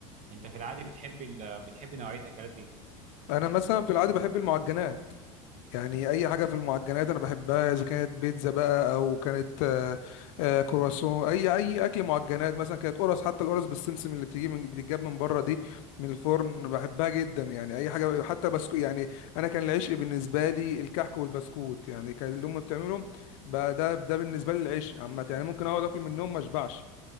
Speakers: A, on the right (about 45°); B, on the left (about 70°).
A: انت في العادي بتحب ال... بتحب نوعيه اكلات ايه
B: انا مثلا في العادي بحب المعجنات يعني اي حاجه في المعجنات انا بحبها اذا كانت بيتزا بقى او كانت آه، آه، كرواسون اي اي اكل معجنات مثلا كانت قرص حتى القرص بالسمسم اللي بتيجي من بتتجاب من بره دي من الفرن بحبها جدا يعني اي حاجه حتى بسكو يعني انا كان العشق بالنسبه لي الكحك والبسكوت يعني كان اللي امي بتعمله بقى ده ده بالنسبه لي العشق عامه يعني ممكن اقعد اكل منهم ما اشبعش